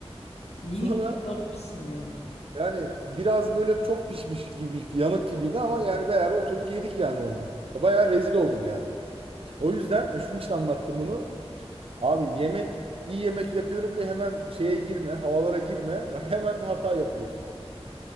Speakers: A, on the left; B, on the right.
A: İyi
B: Sonra
A: kurtarmışsın ya.
B: yani biraz böyle çok pişmiş gibi yanık gibiydi ama yani beraber oturduk yedik yani onu. Bayağı rezil oldum yani. O yüzden e, şunun için anlattım bunu. Abi yemek iyi yemek yapıyorum diye hemen şeye girme, havalara girme. <laughs> Hemen bir hata yapıyorsun.